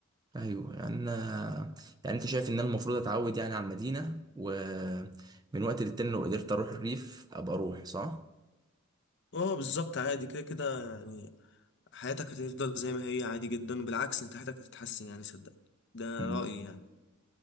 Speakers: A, on the right; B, on the left.
A: ايوه يعني أنا- يعني انت شايف ان انا المفروض اتعود يعني على المدينة ومن وقت للتاني لو قدرت اروح الريف ابقى اروح صح؟
B: اه بالظبط عادي كده كده يعني حياتك هتفضل زي ما هي عادي جدا وبالعكس انت حياتك هتتحسن يعني صدقني ده
A: امم
B: رايي يعني